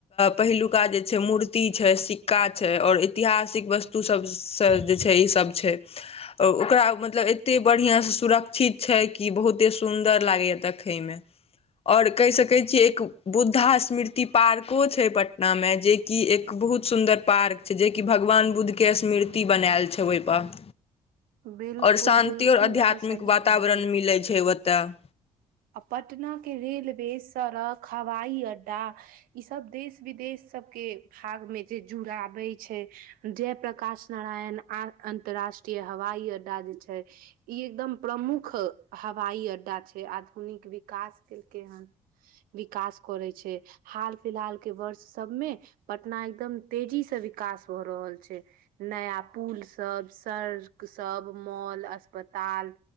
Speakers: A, on the left (about 40°); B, on the right (about 75°).
A: पहिलुका जे छै मूर्ति छै, सिक्का छै, और ऐतिहासिक वस्तु सबसँ जे छै ईसब छै। <unintelligible> अ ओकरा मतलब एत्ते बढ़िआँसँ सुरक्षित छै, कि बहुते सुन्दर लागैए देखयमे। और कहि सकै छियै, एक बुद्धा स्मृति पार्को छै पटनामे, जेकि एक बहुत सुन्दर पार्क छै। जेकि भगवान बुद्धके स्मृति बनायल छै ओहिपर।
B: बिल्कुल
A: और शान्ति
B: बिल्कुल
A: और आध्यात्मिक
B: अहाँ सही
A: वातावरण
B: कहलियै
A: मिलैत छै ओ- तऽ।
B: आ पटनाके रेलवे सड़क, हवाई अड्डा, ईसभ देश विदेश सबके भागमे जे जुड़ाबे छै। जयप्रकाश नारायण आ अन्तर्राष्ट्रीय हवाई अड्डा जे छै, ई एकदम प्रमुख हवाई अड्डा छै आधु निक विकास केलकै हन। विकास करै छै। हाल-फिलहाल के वर्ष सबमे पटना एकदम तेजीसे विकास भऽ रहल छै। नया पुलसब सड़क सब, मॉल, अस्पताल